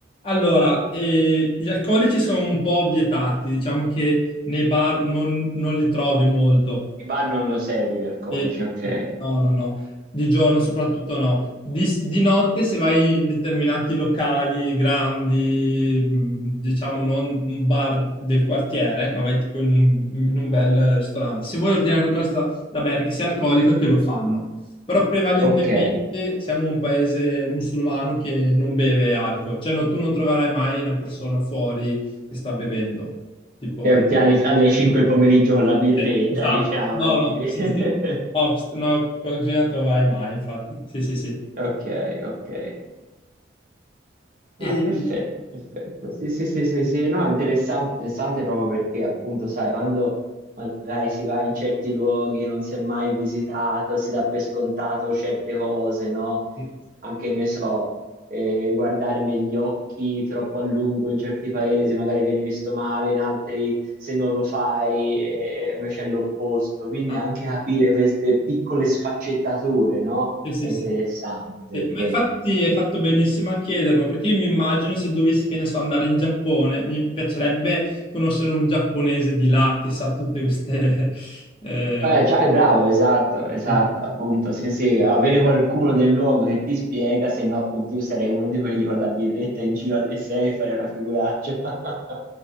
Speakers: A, on the left (about 30°); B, on the right (about 45°).
A: allora, eh, gli alcolici sono un po' vietati, diciamo che nei bar non, non li trovi molto.
B: I bar non lo serve gli alcolici,
A: Sì,
B: ok.
A: sì. No, no, no, di giorno soprattutto no. Di, di notte, se vai in determinati locali grandi, mh, diciamo non un bar del quartiere, ma vai tipo in un, in un bel ristorante. Se vuoi ordinare qualcosa da, da bere che sia alcolico, te lo fanno. Però prevalentemente
B: Ok,
A: siamo un paese musulmano che non beve alcol, cioè no, tu non troverai mai una persona fuori che sta bevendo, tipo.
B: Eh, ti- alle, alle 5 del pomeriggio con la birretta,
A: Sì, esatto.
B: diciamo.
A: No,
B: di-
A: no,
B: <laughs>
A: sì, sì. No, no, con Gina non troverai mai, infatti. Sì, sì, sì.
B: Ok, ok. Ah,
A: E-
B: perfetto, perfetto. Sì, sì, sì, sì, sì. No, è interessante, interessante proprio perché appunto, sai, quando magari si va in certi luoghi che non si è mai visitato, si dà per scontato certe cose, no?
A: sì.
B: Anche, ne so, eh, guardare negli occhi troppo a lungo in certi paesi, magari viene visto male, in altri se non lo fai, eh, invece è l'opposto. Quindi
A: Ah,
B: anche capire queste piccole sfaccettature, no?
A: sì, sì,
B: È
A: sì.
B: interessante perché...
A: Sì, ma infatti hai fatto benissimo a chiederlo, perché io mi immagino se dovessi, che ne so, andare in Giappone, mi piacerebbe conoscere un giapponese di là che sa tutte queste... <laughs> eh,
B: Eh,
A: app-
B: cioè, è bravo, esatto, esatto,
A: sì, sì, sì.
B: appunto, sì, sì, avere qualcuno del luogo che ti spiega, se no appunto io sarei uno di quelli con la birretta in giro alle 6 e farei una figuraccia. <laughs>